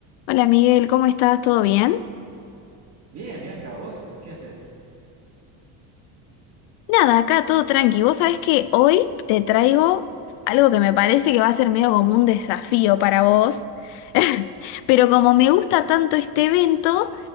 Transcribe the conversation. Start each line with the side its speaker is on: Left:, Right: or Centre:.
Left: Hola Miguel, ¿cómo estás? ¿Todo bien?
Right: Bien, Bianca, ¿vos qué haces?
Left: Nada, acá todo tranqui. Vos sabés que hoy te traigo algo que me parece que va a ser medio como un desafío para vos, <laughs> pero como me gusta tanto este evento,